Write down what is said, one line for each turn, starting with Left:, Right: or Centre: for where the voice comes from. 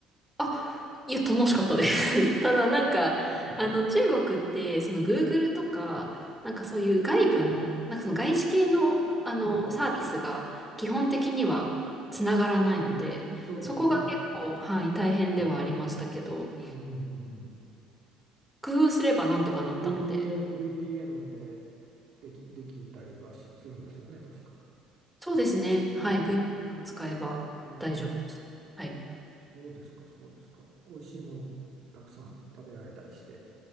Centre: あ、いや、楽しかったです。<laughs> ただなんか、
Right: うん、
Centre: あの、中国って、その Google とか、なんかそういう外部の、なんかその外資系の、あの、
Right: うん、
Centre: サービスが基本的にはつながらないので、
Right: そうですよね。
Centre: そこが結構、はい、大変ではありましたけど、
Right: うん、うん、うん、うん。
Centre: 工夫すればなんとかなったので。
Right: VPN、VPN で、でき、できたりはしするんですよね、確か。
Centre: そうですね。はい。
Right: ね
Centre: VPN を使えば大丈夫でした。
Right: えー、
Centre: はい。
Right: そうですか、そうですか。美味しいものたくさん食べられたりして。